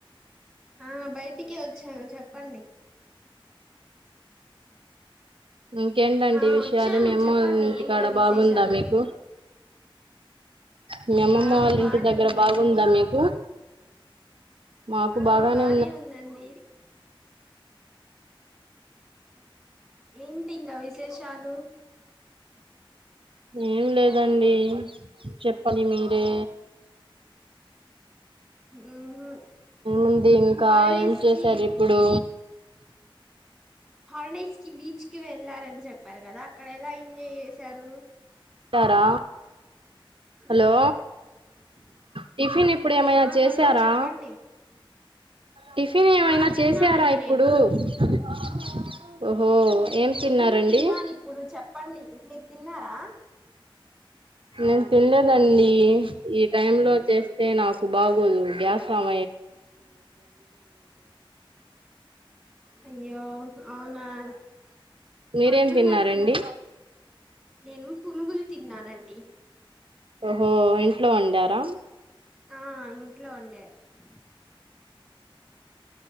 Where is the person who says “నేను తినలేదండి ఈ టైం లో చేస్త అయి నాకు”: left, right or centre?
Right